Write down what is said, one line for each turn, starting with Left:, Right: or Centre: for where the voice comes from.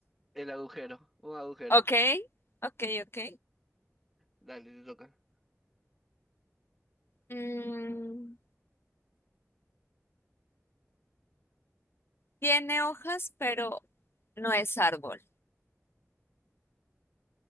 Centre: El agujero, un agujero.
Left: Ok, ok, ok.
Centre: Dale, te toca.
Left: Mm, tiene hojas, pero no es árbol.